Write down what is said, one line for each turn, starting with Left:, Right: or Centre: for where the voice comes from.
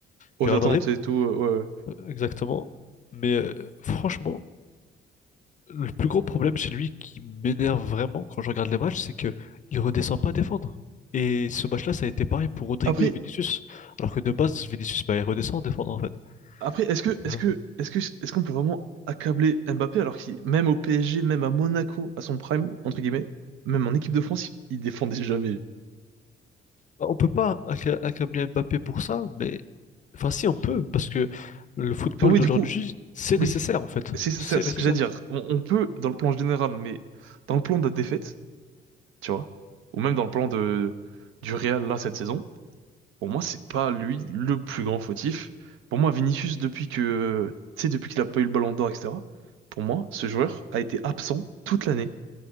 Right: aux
Left: du Real
Right: attentes
Left: Madrid,
Right: et tout. euh, ouais.
Left: Euh, exactement. Mais euh, franchement. Le plus gros problème chez lui qui m'énerve vraiment quand je regarde les matchs, c'est que il redescend pas à défendre. Et ce match-là, ça a été pareil pour Rodrigo
Right: Après,
Left: et Vinicius. Alors que de base, Vinicius, bah, il redescend à défendre en fait.
Right: après, est-ce que,
Left: Donc,
Right: est-ce
Left: euh,
Right: que, est-ce que, est-ce qu'on peut vraiment accabler Mbappé alors qu'il, même au PSG, même à Monaco, à son prime entre guillemets, même en équipe de France, il, il défendait jamais.
Left: bah, on peut pas acca- accabler Mbappé pour ça, mais enfin si on peut, parce que le football
Right: Enfin oui,
Left: d'aujourd'hui,
Right: du coup,
Left: c'est
Right: oui,
Left: nécessaire en fait.
Right: c'est c'est
Left: C'est
Right: ça ce
Left: nécessaire.
Right: que j'allais dire. On, on peut dans le plan général, mais dans le plan de la défaite, tu vois, ou même dans le plan de du Real là cette saison, pour moi c'est pas lui le plus grand fautif. Pour moi, Vinicius depuis que, tu sais, depuis qu'il a pas eu le Ballon d'Or, etc. Pour moi, ce joueur a été absent toute l'année